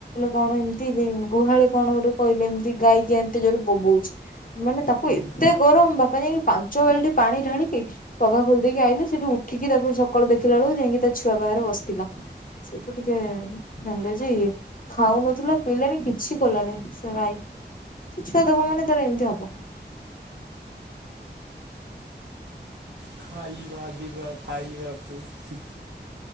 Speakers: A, on the left; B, on the right.
A: କଣ ଏମିତି ଲି ଗୁହାଳେ କଣ ଗୋଟେ କହିଲେ ଏମିତି ଗାଈକିଆଁ ଏମତି ଜୋରେ ବୋବଉଛି। ମାନେ ତାକୁ
B: ହଁ
A: ଏତେ ଗରମ ବାପା ଯାଇଁକି ପାଞ୍ଚ ବାଲଟି ପାଣି ଢ଼ାଳିକି ପଘା ଖୋଲିଦେଇକି ଆଇଲେ ସେଠୁ ଉଠିକି ତାପରେ ସକାଳୁ ଦେଖିଲା ବେଳକୁ ଯାଇଁକି ତା ଛୁଆ ପାଖରେ ବସଥିଲା। ସେଇଠୁ ଟିକେ ଜାଣିଲେଜେ ଏଇଆ। ଖାଉନଥିଲା ପିଇଲାନି କିଛି କଲାନି ସେ ଗାଇ ଛୁଆ ଦବ ମାନେ ତାର ଏମିତି ହବ।
B: ଖାଇବା ଯିବା ଖାଇବାକୁ ହୁଁ।